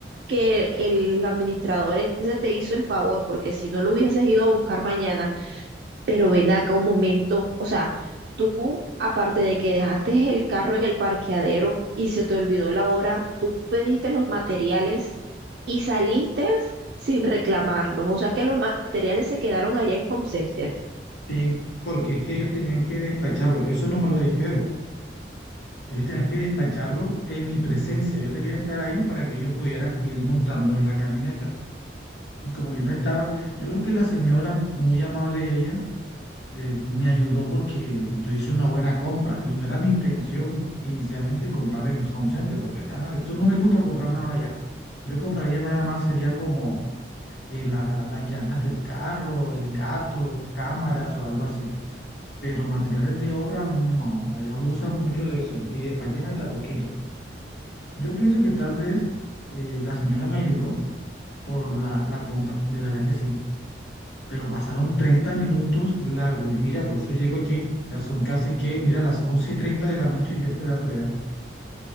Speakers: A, on the right; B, on the left.
A: que el administrador ese te hizo el favor, porque si no lo hubieses ido a buscar mañana, pero ven acá un momento, o sea, tú, aparte de que dejaste el carro en el parqueadero y se te olvidó la hora, tú pediste los materiales y saliste sin reclamarlos, o sea que los materiales se quedaron allá en Home Center.
B: Sí, porque es que ellos tenían que despacharlo, eso no me lo dijeron. Ellos tenían que despacharlo en mi presencia, yo debía estar ahí para que ellos pudieran ir montándolo en la camioneta. Y como yo no estaba, yo creo que la señora, muy amable ella, eh, me ayudó porque yo hice una buena compra y no era mi intención inicialmente comprar en el Home Center, porque allá, eso no me gusta comprar nada allá. Yo compraría nada más, sería como eh, la- las llantas del carro, el gato, cámaras o algo así. Pero materiales de obra, no, allá abusan mucho de eso y despachan hasta poquito. Yo pienso que tal vez eh, la señora me ayudó por la, la compra, de verdad que sí pero pasaron 30 minutos largos. Y mira, por eso llego aquí. O sea, son casi que, mira, las 11 y 30 de la noche yo esperando ya.